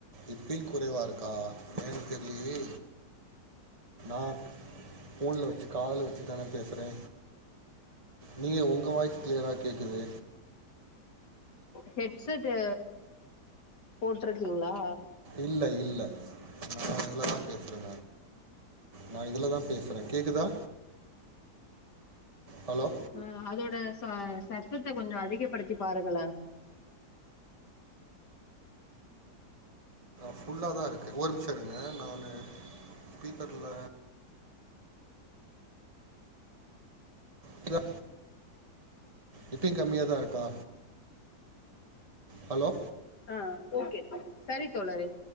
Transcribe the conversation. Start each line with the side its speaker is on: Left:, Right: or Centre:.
Right: இப்பயு குறைவா இருக்கா என்னனு தெர்லயே ஆ ஊன்ல வச்சு காதுல வச் தானே பேசுறே நீங்க உங் உங்க வாய்ஸ் கிளியரா கேக்குது
Left: ஹெட்செடு போட்டிருக்கீங்களா
Right: இல்ல இல்ல நா இதுலதா பேசுறே நா இதுலதா பேசுறே கேக்குதா ஹலோ
Left: ஆ அதோட ச சத்தத்த கொஞ்சோ அதிகப்படுத்தி பாருங்களே
Right: ஃபுல்லா தா இருக்கு ஒரு நிமிஷோ இருங்க நானு ஸ்பீக்கர்ல குதா இப்பயு கம்மியாதா இருக்கா ஹலோ
Left: ஆ ஓகே சரி தோழரே